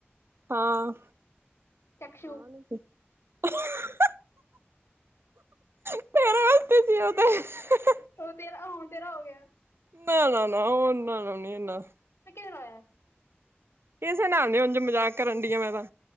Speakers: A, on the right; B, on the left.
A: ਹਾਂ
B: ਚਕਸ਼ੂ
A: ਹਾਂ ਨੀ <unintelligible> <unintelligible>
B: ਉਹ ਤੇਰਾ ਹੁਣ ਤੇਰਾ ਹੋ ਗਿਆ।
A: ਨਾ-ਨਾ-ਨਾ ਉਹਨਾ ਨ ਇਨਾ
B: ਕਿਦਾ ਆ
A: ਕਿਸੇ ਨਾਲ ਨੀ ਉਝ ਮਜ਼ਾਕ ਕਰਨ ਡੀ ਆ ਮੈਂ ਤਾਂ